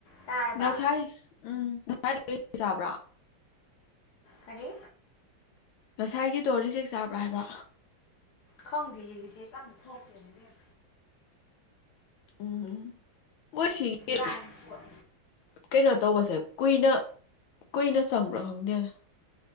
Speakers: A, on the left; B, on the left.
A: ꯇꯥꯔꯕ
B: ꯉꯁꯥꯏ ꯎꯝ ꯆꯕ꯭ꯔꯥ
A: ꯐꯔꯤ
B: ꯉꯁꯥꯏꯒꯤꯗꯣ ꯔꯤꯆꯦꯛ ꯆꯥꯕ꯭ꯔꯥ ꯍꯥꯏꯕ
A: ꯈꯪꯗꯦ ꯔꯤꯆꯦꯛꯀ ꯑꯝꯇ ꯊꯣꯛꯇ꯭ꯔꯦꯗ ꯏꯕꯦꯝ
B: ꯎꯝ ꯎꯝ ꯃꯣꯏ ꯁꯤꯒꯤ
A: ꯂꯥꯏꯟ ꯁꯣꯠ
B: ꯀꯩꯅꯣ ꯇꯧꯕꯁꯦ ꯀꯨꯏꯅ ꯀꯨꯏꯅ ꯆꯪꯕ꯭ꯔꯣ ꯈꯪꯗꯦꯅꯦ